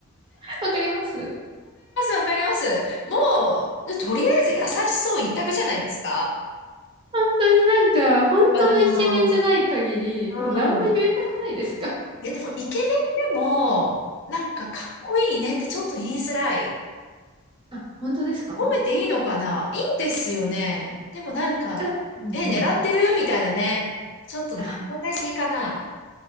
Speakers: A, on the right (about 25°); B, on the left (about 55°).
A: <laughs> わかります
B: わかります、わかります。もう、とりあえず優しそう一択じゃないですか。
A: 本当になんか、本当のイケメンじゃない限り、
B: そうかな。うん。
A: もう何も言えなくないですか
B: で、でも、イケメンでも、なんか、かっこいいねってちょっと言いづらい。
A: あ、本当ですか
B: 褒めていいのかないいんですよね。でもなんか、
A: あ、うんうん。
B: え、狙ってるみたいなね。ちょっと、
A: あ、
B: 問題すぎかな。